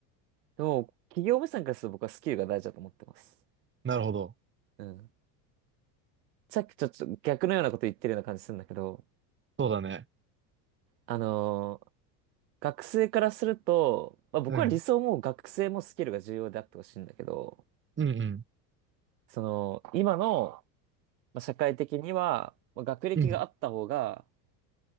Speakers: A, on the right; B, on the right.
A: でも、企業目線からすると僕はスキルが大事だと思ってます。
B: なるほど。
A: うん。さっきちょっと逆のようなこと言ってるような感じするんだけど、
B: そうだね。
A: あのー学生からすると、まあ、僕は理想も学生もスキルが重要であってほしいんだけど、
B: うん。うんうん。
A: その、今の、まあ、社会的には、まあ、学歴があった方が、
B: うん。